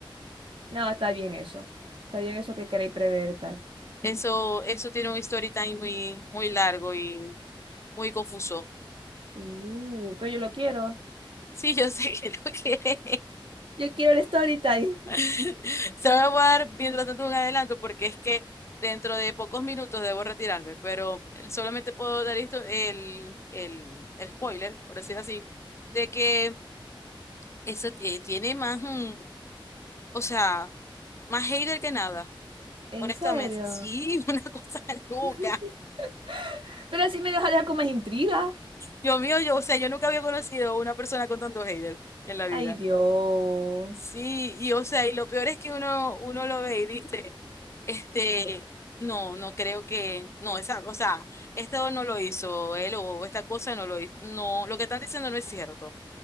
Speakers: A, on the right; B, on the left.
A: No, está bien eso. Está bien eso que queréis prever tal.
B: Eso, eso tiene un story time muy, muy largo y muy confuso.
A: Uh, pero yo lo quiero.
B: Sí, yo sé que lo quiere.
A: Yo quiero el story time.
B: <laughs> Solo voy a dar mientras tanto un adelanto porque es que dentro de pocos minutos debo retirarme, pero solamente puedo dar esto el, el, el spoiler, por decir así, de que eso eh, tiene más, mm, o sea, más hater que nada,
A: ¿En
B: honestamente.
A: serio?
B: Sí, <laughs> una cosa loca.
A: <laughs> Pero así me deja, deja con más intriga.
B: Dios mío, yo, o sea, yo nunca había conocido una persona con tanto hater en la vida.
A: Ay, Dios.
B: Sí, y o sea, y lo peor es que uno, uno lo ve y dice, este, no, no creo que, no, esa, o sea, esto no lo hizo él o esta cosa no lo hizo, no, lo que están diciendo no es cierto.